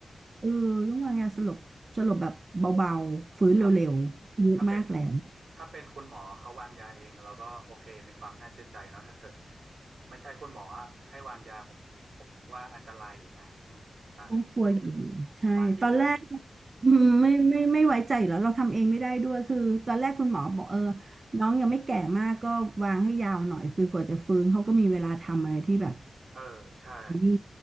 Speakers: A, on the right; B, on the right.
A: เออต้องวางยาสลบสลบแบบเบาๆฟื้นเร็วๆอายุมากแล้ว
B: ครับ ถ้าเป็นถ้าเป็นคุณหมอเขาวางยาเองเราก็โอเคมีความน่าเชื่อใจเนาะถ้าเกิดไม่ใช่คุณหมออะให้วางยาผมผมว่าอันตรายอยู่นะอืมบาง
A: น่ากลัวอยู่ใช่ตอนแรก
B: บางทีอะ
A: อืมไม่ไม่ไม่ไว้ใจอยู่แล้วเราทำเองไม่ได้ด้วยคือตอนแรกคุณหมอบอกเออน้องยังไม่แก่มากก็วางให้ยาวหน่อยคือกว่าจะฟื้นเขาก็มีเวลาทำอะไรที่แบบ
B: เออใช่
A: นี่